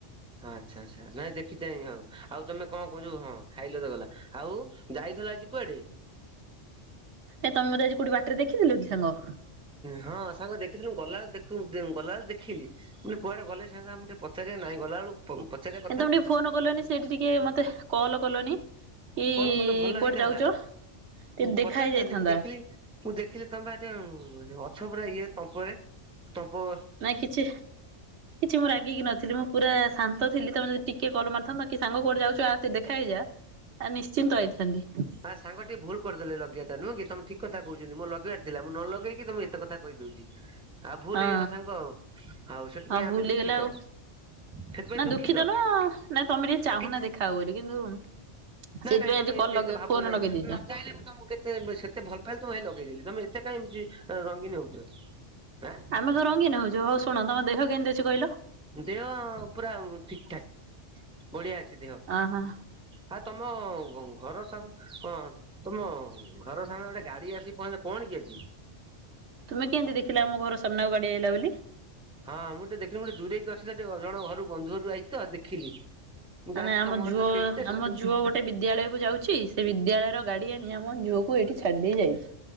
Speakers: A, in the centre; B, on the right.
A: ହଁ ଆଛା ଆଛା ନାଇଁ ଦେଖିଛଁ ହଉ ଆଉ ତମେ କଣ କଣ ଯୋଉ ହଁ ଖାଇଲେ ତ ଗଲା ଆଉ ଯାଇଥିଲା ଆଜି କୁଆଡେ।
B: ଏ ତମେ ମତେ ଆଜି କୋଠି ବାଟରେ ଦେଖିଥିଲୁ କି ସାଙ୍ଗ
A: ହଁ ସାଙ୍ଗ ଦେଖିଥିଲୁ ଗଲାବେଖ ଗଲାବେଳେ ଦେଖିଲି ମାନେ କୁଆଡେ ଗଲେ ସେ ଆମକୁ ଟିକେ ପଚାରିବାର ନାଇଁ ଗଲା ବେଳୁ ପୁ ପଚାରିବା
B: ଏମିତି ଟିକେ ଫୋନ କଲନି ସେଠି ଟିକେ ମତେ କଲ୍ କଲନି। କି
A: କଲ୍ କଲେ ଭଲ ହେଇଥାନ୍ତା।
B: କୁଆଡେ ଯାଉଛ ଟି
A: ପଚାରିଥାନ୍ତି
B: ଦେଖା ହେଇ ଯାଇଥାନ୍ତା।
A: ମୁଁ ଦେଖିଲି ମୁଁ ଦେଖିଲି ତମେ ପା ଅଛ ପୁରା ଇଏ ତମ୍ପରେ ତମ୍ପ
B: ନାଇଁ କିଛି କିଛି ମୁଁ ରାଗିକି ନଥିଲି ମୁଁ ପୁରା ଶାନ୍ତ ଥିଲି ତମେ ଯଦି ଟିକେ କଲ୍ ମାରଥାନ୍ତା କି ସାଙ୍ଗ କୋଉଠେ ଯାଉଛ ଆଉ ଦେଖା ହେଇଯା ଆ ନିଶ୍ଚିନ୍ତ ଆଇଥାନ୍ତି।
A: ଆଁ ସାଙ୍ଗ ଟିକେ ଭୁଲ କରିଦେଲି ଲଗେଇବା ଟା ନୁହଁ କି ତମ ଠିକ କହୁଛନ୍ତି ମୁଁ ଲଗେଇ ଆର ଥିଲା ନ ଲଗେଇକି ତମୁ ଏତେ କଥା କହିଦଉଛି ଆଉ ଭୁଲ
B: ହଁ
A: ହେଇଗଲା ସାଙ୍ଗ ଆଉ ଆଉ ସେଥିପାଇଁ
B: ହଁ
A: ଆମେ
B: ଭୁଲ
A: ଦୁଃଖିତ।
B: ହେଇଗଲା ଆଉ
A: ସେଥିପାଇଁ
B: ନା
A: ଦୁଃଖିତ
B: ଦୁଃଖୀିତ ନୁହଁ ନା ତମେ ଟିକେ ଚାହୁଁନା
A: କିଛି
B: ଦେଖା ହଉ ବୋଲି କିନ୍ତୁ
A: ନାଇଁ
B: ସେଇଥିପାଇଁ
A: ନାଇଁ ତମେ
B: ଆଜି କଲ୍
A: ଏମିତି
B: ଲଗେଇ
A: ଏତେ ଭାବୁଛି
B: ଫୋନ
A: ନାଇଁ
B: ଲଗେଇ
A: ନ
B: ଦେଇଛ
A: ଚାହିଁଲେ ମୁଁ ତମକୁ କେ ତେ ସେତେ ଭଲ ପାଇଲେ ତ ମୁ ଲଗେଇଦେଲି ତମେ ଏତେ କାଇଁ ଏମିତି ରଙ୍ଗିନ ହଉଛ। ଆଁ
B: ଆମେ କଁ ରଙ୍ଗୀନ ହଉଛୁ ହଉ ଶୁଣ ତମ ଦେହ କେମିତି ଅଛି କହିଲ?
A: ଦେହ ପୁରା ଠିକ ଠାକ୍ ବଢିଆ ଅଛି ଦେହ।
B: ଆଁ ହ
A: ହା ତମ ଘର ସାମ ହଁ ତମ ଘର ସାମନାରେ ଗୋଟେ ଗାଡି ଆସିିକି ପହଞ୍ଚିଲା କଣ କି ଆଜି?
B: ତୁମେ କେମତି ଦେଖିଲ ଆମ ଘର ସାମ୍ନାକୁ ଗାଡିଆ ଆଇଲା ବୋଲି?
A: ହଁ ମୁଁ ଟିକେ ଦେଖିଲି ଗୋଟେ ଦୂରେଇକି ଅଛି ସେ ଜଣ ଘରୁ ବନ୍ଧୁରୁ ଯାଇ ତ ଦେଖିଲି। ମୁଁ
B: ମାନେ
A: ଜାଣିଛି
B: ଆମ
A: ତମ ଘର
B: ଝୁଅ
A: ତ ସେଇଠି ତ
B: ଆମ ଝୁଅ ଗୋଟେ ସେ ବିଦ୍ୟାଳୟକୁ ଯାଉଛି ସେ ବିଦ୍ୟାଳୟର ଗାଡ଼ି ଆଣି ଆମ ଝୁଅକୁ ଏଇଠି ଛାଡ଼ିଦେଇ ଯାଇଛି।